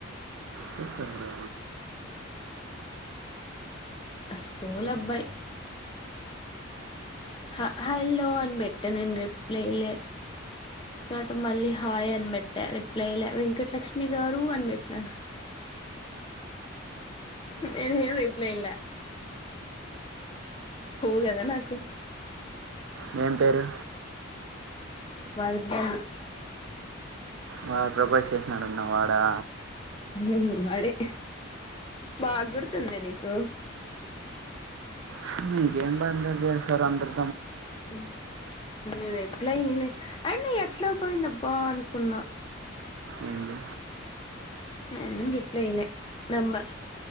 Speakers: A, on the right; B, on the left.
A: చెప్పెవరో
B: అ స్కూల్ అబ్బాయి హ హల్లో అన్ బెట్టాడు నేన్ రిప్లైయియలే తర్వాత మళ్ళీ హాయ్ అనిబెట్టా రిప్లై ఇయ్యలే వెంకటలక్ష్మి గారు అనిబెట్టినాడు నెంగుడ రైప్లే ఇయ్ల కొవ్వు గదా నాకు
A: ఎవరంటాడు
B: వర్ధన్
A: వాడు ప్రపోజ్ చేసినాడన్నవ్ వాడా
B: ఉమ్ వాడే బాగ్గుర్తుందీ నీకు
A: హ్మ్ మీకేం బా అందరు చేస్తారు అందరు
B: హ్మ్ నే రిప్లై ఈయలే అయినా ఎట్లా పోయిందబ్బా అనుకున్నా
A: ఏంది
B: నేనేం రిప్లై ఇయ్యలే, నెంబర్